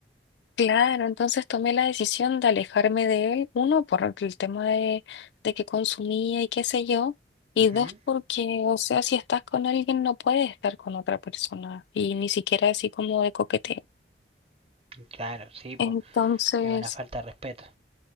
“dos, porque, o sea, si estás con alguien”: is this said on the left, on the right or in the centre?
Left